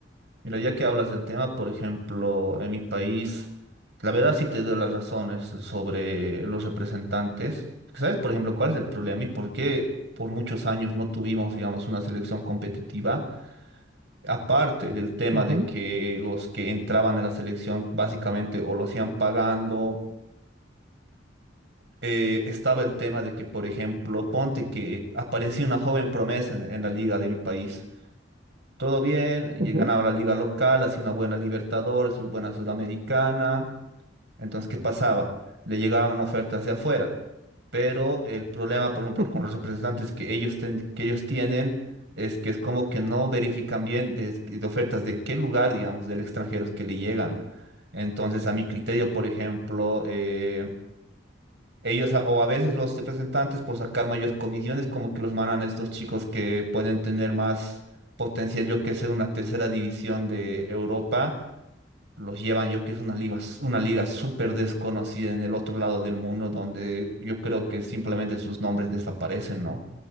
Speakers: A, on the right; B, on the right.
A: mira, ya que hablas del tema, por ejemplo, en mi país, la verdad sí te doy las razones sobre los representantes. ¿Sabes, por ejemplo, cuál es el problema y por qué por muchos años no tuvimos, digamos, una selección competitiva? Aparte del tema
B: Ujú,
A: de que los que entraban en la selección básicamente o lo hacían pagando, eh, estaba el tema de que, por ejemplo, ponte que aparecía una joven promesa en, en la liga de mi país todo bien, y
B: ujú,
A: ganaba la liga local, hacía una buena Libertadores, una buena Sudamericana. Entonces, ¿qué pasaba? Le llegaban ofertas hacia afuera, pero el problema, por ejemplo,
B: ujú.
A: con los representantes que ellos, ten- que ellos tienen es que es como que no verifican bien de, de ofertas de qué lugar, digamos, del extranjero es que le llegan. Entonces, a mi criterio, por ejemplo, eh, ellos a- o a veces los representantes por sacar mayor comisiones como que los mandan a estos chicos que pueden tener más potencial, yo que sé, una tercera división de Europa. Los llevan, yo que es una liga, s- una liga súper desconocida en el otro lado del mundo, donde yo creo que simplemente sus nombres desaparecen, ¿no?